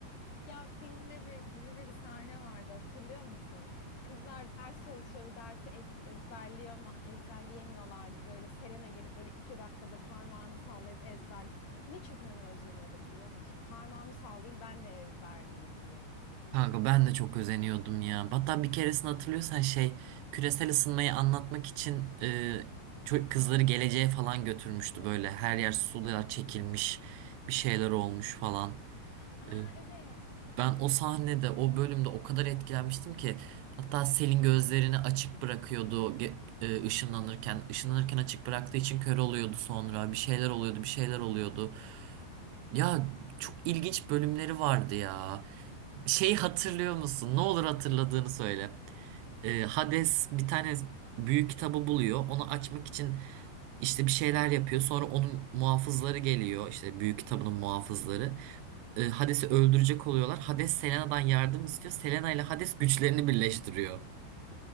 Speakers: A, on the left; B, on the right.
A: Ya filmde bir dizide bir sahne vardı hatırlıyor musun? Kızlar ders çalışıyordu dersi ek- ezberleyema- ezberleyemiyorlardı. Böyle Selena gelip böyle iki dakikada parmağını sallayıp ezber. Ne çok ona özeniyordum biliyor musun? Parmağımı sallayayım ben de ezberleyeyim diye.
B: Kanka ben de çok özeniyordum ya. Hatta bir keresini hatırlıyorsan şey küresel ısınmayı anlatmak için e, ço- kızları geleceğe falan götürmüştü böyle. Her yer sular çekilmiş bir şeyler olmuş falan.
A: Aa
B: E,
A: evet.
B: ben o sahnede o bölümde o kadar etkilenmiştim ki hatta Selin gözlerini açık bırakıyordu ge- e, ışınlanırken. Işınlanırken açık bıraktığı için kör oluyordu sonra bir şeyler oluyordu bir şeyler oluyordu. Ya çok ilginç bölümleri vardı ya. Şey hatırlıyor musun? Ne olur hatırladığını söyle. Ee, Hades bir tane büyük kitabı buluyor. Onu açmak için işte bir şeyler yapıyor. Sonra onun muhafızları geliyor. İşte büyük kitabının muhafızları. Ee, Hades'i öldürecek oluyorlar. Hades Selena'dan yardım istiyor. Selena ile Hades güçlerini birleştiriyor.